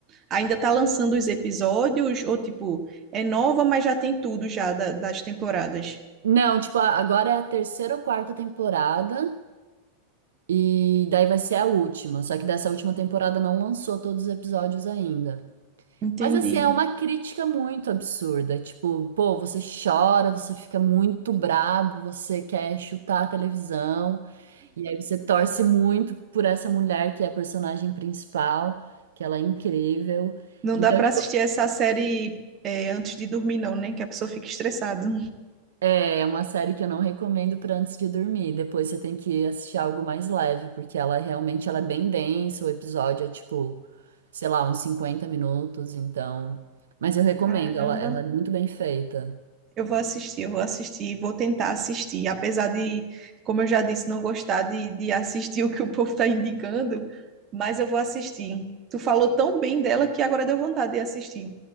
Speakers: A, on the right; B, on the right.
A: Ainda tá lançando os episódios, ou tipo, é nova, mas já tem tudo já da- das temporadas.
B: Não, tipo, a- agora é a terceira ou quarta temporada. E daí vai ser a última. Só que dessa última temporada não lançou todos os episódios ainda.
A: Entendi.
B: Mas assim, é uma crítica muito absurda. Tipo, pô, você chora, você fica muito brabo, você quer chutar a televisão, e aí você torce muito por essa mulher que é a personagem principal, que ela é incrível.
A: Não
B: Então,
A: dá pra
B: tipo,
A: assistir essa série é, antes de dormir, não, né? Que a pessoa fica estressada.
B: É, é uma série que eu não recomendo para antes de dormir. Depois você tem que assistir algo mais leve, porque ela realmente ela é bem densa, o episódio é tipo, sei lá, uns 50 minutos, então. Mas eu recomendo,
A: Caramba.
B: ela, ela é muito bem feita.
A: Eu vou assistir, eu vou assistir, vou tentar assistir. Apesar de, como eu já disse, não gostar de, de assistir <laughs> o que o povo tá indicando, mas eu vou assistir. Tu falou tão bem dela que agora deu vontade de assistir.